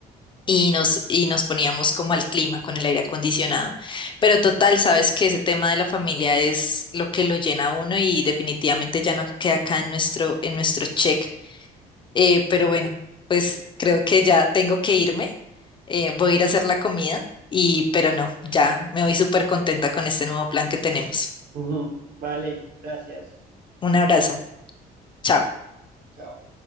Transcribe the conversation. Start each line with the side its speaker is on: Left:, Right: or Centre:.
Left: y nos, y nos poníamos como al clima con el aire acondicionado. Pero total, sabes que ese tema de la familia es lo que lo llena a uno y definitivamente ya no queda acá en nuestro, en nuestro check eh, pero bueno,
Right: Eh,
Left: pues creo que ya tengo que irme. Eh, voy a ir a hacer la comida y, pero no, ya me voy súper contenta con este nuevo plan que tenemos.
Right: ujú, Vale, gracias.
Left: Un abrazo. Chao.
Right: Chao.